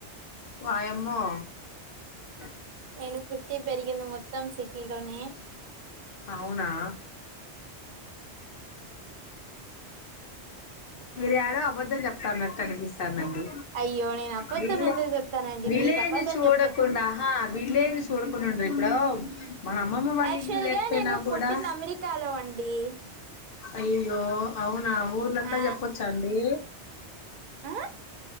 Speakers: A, on the left; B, on the right.
A: వాయమ్మో ఆ
B: నేను పుట్టి పెరిగింది మొత్తం సిటీలోనే.
A: అవునా మీరు ఏదో అబద్ధం చెప్తాన్నట్టు అనిపిస్తానండి
B: అయ్యో నేను అబద్ధం
A: విలే
B: ఎందుకు చెప్తానండి
A: విలేజ్
B: మీకు అబద్ధం
A: చూడకుండ
B: చెప్తే
A: హహ విలేజ్ చూడకుండా ఉండరు. ఇప్పుడు మన అమ్మమ్మ వాళ్ళ
B: యాక్చువల్
A: ఇల్లు లేకపోయినా
B: గా నేను
A: కూడా
B: పుట్టింది అమెరికాలో అండి
A: అయ్యోయో అవునా ఊర్లంతా
B: ఆ
A: చెప్పొచ్చా అండి.
B: ఆ